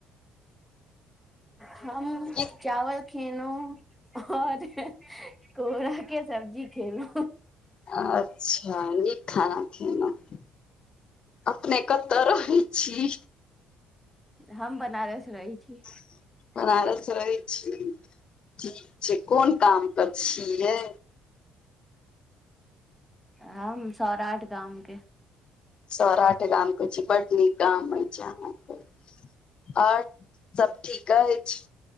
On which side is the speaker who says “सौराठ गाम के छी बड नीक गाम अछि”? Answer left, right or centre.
Left